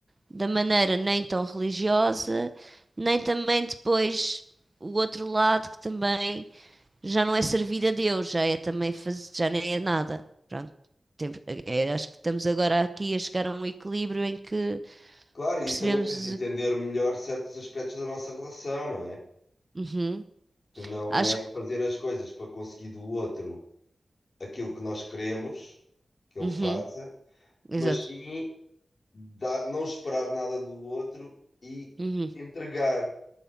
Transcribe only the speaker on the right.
da maneira nem tão religiosa, nem também depois o outro lado que também já não é servir a Deus, já é também fazer, já nem é nada. Pronto. Temos- é, acho que estamos agora aqui a chegar a um equilíbrio em que
percebemos.
Uhum,
acho
que.
Uhum,
exato.
Uhum,